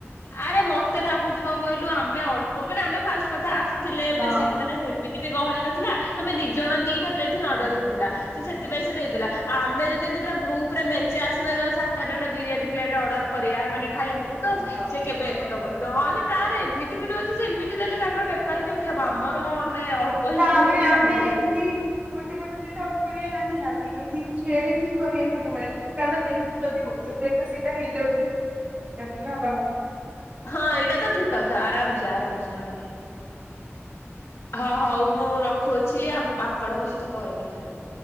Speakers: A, on the left (about 70°); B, on the right (about 35°).
A: ଆରେ ମତେ ଲାଗୁଛି କଣ କହିଲୁ ଆମେ ଅଳ୍ପ ମାନେ ଆମେ ଫାଷ୍ଟ କଥା ଆସ ଥିଲେ
B: ହଁ।
A: ବେଶୀ ମାନେ ହେମିତି ବି ଗହଳି ନଥିଲା ତମେ ଦି ଜଣ ଦିଟା ପ୍ଲେଟ୍ ହିଁ ଅର୍ଡର ହେଇଥିଲା। ତ ସେଥିପାଇଁ ସେ ଦେଇଦେଲା ଆମେ ଯଦି ଏମିତି ପୁରା ଗ୍ରୁପ ରେ ମେଞ୍ଚେ ଆସି ସାତ ଆଠଟା ବିରିୟାନୀ ପ୍ଲେଟ ଅର୍ଡର କରିବା ମାନେ ଖାଇବାକୁ ତ
B: ହଁ।
A: ସେ କେବେ ଏତେ ଦବନି। ନହେଲେ ତାର ଏମିତି ବି ନୁହେଁ ଯେ ସେ ଏମିତି ଦେଲେ ତାଙ୍କର ବେପାର କେମିତି ହବ? ଆମର ଅଳ୍ପ ହିଁ
B: ତ
A: ଥିଲେ
B: ଆମେ
A: ବୋଲି
B: ଆମେ
A: ସେ ଆମକୁ
B: ଏମିତି
A: ଟିକେ
B: ଗୋଟେ ଗୋଟେ ପ୍ଲେଟ ଅର୍ଡର କରିବା ନାହିଁ, ଆମେ ଏମତି ସେୟାର ହିଁ କରିବା ସବୁବେଳେ। କାରଣ ଯେହେତୁ ଯଦି ଗୋଟେ ପ୍ଲେଟ ତ ସେଇଟା ହେଇଯାଉଛି ତେବେ ା ରବା <inaudible>
A: ହଁ ଏଇଟା ତ ଠିକ କଥା ଆରାମ ସେେ ଆରାମ ସେ ହଁ। ହଁ ହଉ ମୁଁ ରଖୁଅଛି ଆପଣଙ୍କ ସହିତ ପରେ କଥା ହେବି।